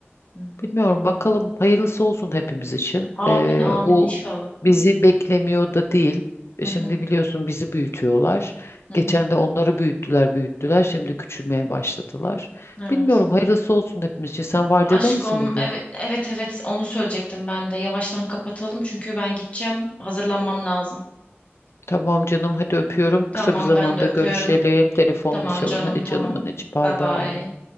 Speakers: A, on the left; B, on the left.
A: hı hı.
B: Bilmiyorum bakalım hayırlısı olsun hepimiz için.
A: amin
B: Ee,
A: amin
B: bu
A: inşallah.
B: bizi
A: Hı
B: beklemiyor da değil. E,
A: hı
B: Şimdi biliyorsun bizi büyütüyorlar.
A: hı hı.
B: Geçen de onları büyüttüler büyüttüler. Şimdi küçülmeye başladılar.
A: Evet.
B: Bilmiyorum hayırlısı olsun hepimiz için. Sen vardiyada
A: Aşkım
B: mısın bugün?
A: evet evet evet onu söyleyecektim ben de. Yavaştan kapatalım çünkü ben gideceğim. Hazırlanmam lazım.
B: Tamam canım hadi öpüyorum.
A: Tamam
B: Kısa bir zamanda
A: ben de öpüyorum.
B: görüşelim. Telefonlaşalım.
A: Tamam canım
B: Hadi canımın
A: tamam.
B: içi bay
A: Bye
B: bay.
A: bye.